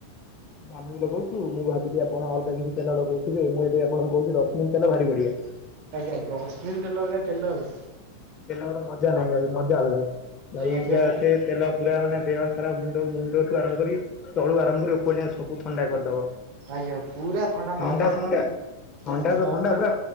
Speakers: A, on the left; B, on the right.
A: ଆମେ ବି ଲଗଉଛୁ ମୁଁ ଭାବିଲି ଆପଣ ଅଲଗା କିଛି ତେଲ ଲଗଉଥିବେ ମୁଁ ଏଥିପାଇଁ ଆପଣଙ୍କୁ କହୁଛି ଜସ୍ମିନ୍ ତେଲ ଭାରି ବଢିଆ।
B: ଆଜ୍ଞା ଜସ୍ମିନ୍ ତେଲ ଭଳିଆ ତେଲ ଅଛି।
A: ତେଲର ମଜା ନାହିଁ ଭାଇ ମଜା ଅଲଗା ଭାଇ
B: ଆଜ୍ଞା
A: ପୁରା
B: ବା
A: ସେ ତେଲ ପୁରା ମାନେ ଦେହ ଖରା ମୁଣ୍ଡ ମୁଣ୍ଡଠୁ ଆରମ୍ଭ କରି ତଳୁ ଆରମ୍ଭ କରି ଉପର ଯାଏଁ ସବୁ ଥଣ୍ଡା କରିଦବ।
B: ଆଜ୍ଞା ପୁରା
A: ଥଣ୍ଡା
B: ନବରତନ
A: ଥଣ୍ଡା ଥଣ୍ଡା
B: ନବରତ
A: ତ ଥଣ୍ଡା ପୁରା